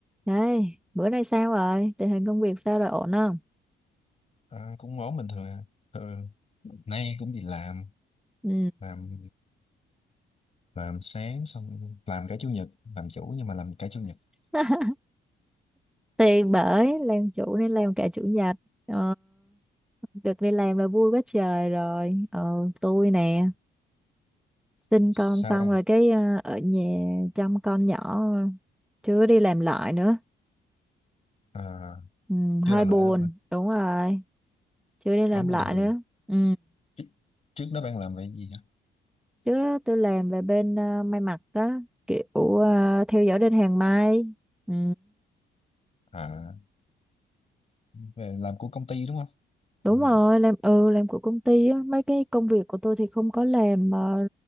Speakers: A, in the centre; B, on the left.
A: Đây, bữa nay sao rồi? Tình hình công việc sao rồi ổn không?
B: À, cũng ổn bình thường à. Thường nay cũng đi làm
A: Ừ.
B: làm làm sáng xong làm cả chủ nhật làm chủ nhưng mà làm cả chủ nhật
A: <laughs> Thì bởi làm chủ nên làm cả chủ nhật. Ờ, được đi làm là vui quá trời rồi. Ờ, tôi nè, sinh
B: sao
A: con xong
B: đây
A: rồi cái ờ, ở nhà chăm con nhỏ chưa đi làm lại nữa.
B: à,
A: Ừ,
B: chưa
A: hơi
B: làm
A: buồn,
B: lại luôn hả
A: đúng rồi, chưa đi làm
B: ổn bình
A: lại
B: thường
A: nữa. Ừ.
B: trước, trước đó bạn làm về gì hả
A: Trước đó tôi làm về bên ờ, may mặc đó, kiểu ờ, theo dõi đơn hàng may. Ừ.
B: à về làm của công ty đúng không
A: Đúng
B: làm
A: rồi, làm ừ làm của công ty á, mấy cái công việc của tôi thì không có làm ờ,